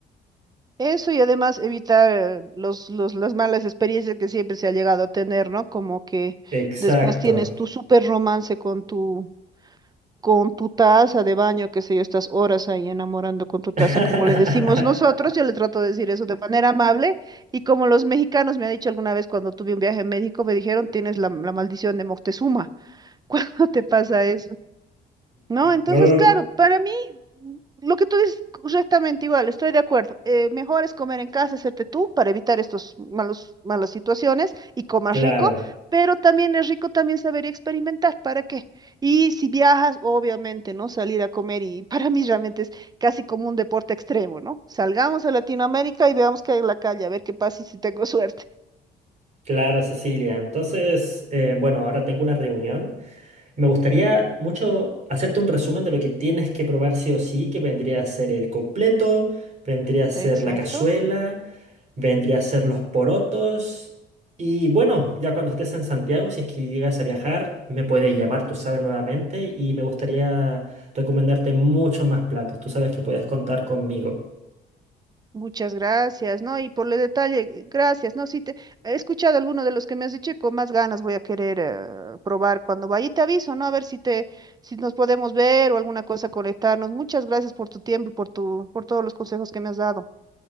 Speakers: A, on the right; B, on the right.
A: Eso y además evitar eh, los, los, las malas experiencias que siempre se ha llegado a tener, ¿no? Como que
B: Exacto.
A: después tienes tu súper romance con tu, con tu taza de baño, qué sé yo, estás horas ahí enamorando con tu taza,
B: <laughs>
A: como le decimos nosotros, yo le trato de decir eso de manera amable, y como los mexicanos me han dicho alguna vez cuando tuve un viaje a México, me dijeron, tienes la, la maldición de Moctezuma. <laughs> cuando te pasa eso, ¿no? Entonces,
B: No, no,
A: claro, para mí, mm, lo que tú dices correctamente igual, estoy de acuerdo. Eh, mejor es comer en casa, hacerte tú, para evitar estos malos, malas situaciones y comas
B: claro,
A: rico, pero también es rico también saber y experimentar, ¿para qué? Y si viajas, obviamente, ¿no? Salir a comer y <laughs> para mí realmente es casi como un deporte extremo, ¿no? Salgamos a Latinoamérica y veamos qué hay en la calle, a ver qué pasa y si tengo <laughs> suerte.
B: claro, Cecilia. Entonces, eh, bueno, ahora tengo una reunión. Me gustaría mucho hacerte un resumen de lo que tienes que probar sí o sí, que vendría a ser el completo, vendría a ser
A: Exacto.
B: la cazuela, vendría a ser los porotos. Y bueno, ya cuando estés en Santiago, si es que llegas a viajar, me puedes llamar, tú sabes, nuevamente, y me gustaría recomendarte muchos más platos. Tú sabes que puedes contar conmigo.
A: Muchas gracias, ¿no? Y por el detalle, gracias, ¿no? Si te he escuchado alguno de los que me has dicho, y con más ganas voy a querer eh, probar cuando vaya. Y te aviso, ¿no? A ver si te, si nos podemos ver o alguna cosa conectarnos. Muchas gracias por tu tiempo y por tu, por todos los consejos que me has dado.